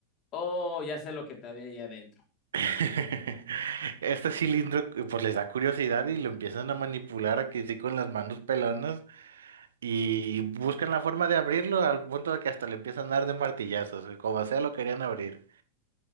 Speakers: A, on the left; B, on the right.
A: Oh, ya sé lo que te había ahí adentro.
B: <laughs> Este cilindro pues les da curiosidad y lo empiezan a manipular aquí sí con las manos pelonas y buscan la forma de abrirlo al punto de que hasta le empiezan a dar de martillazos, como sea lo querían abrir.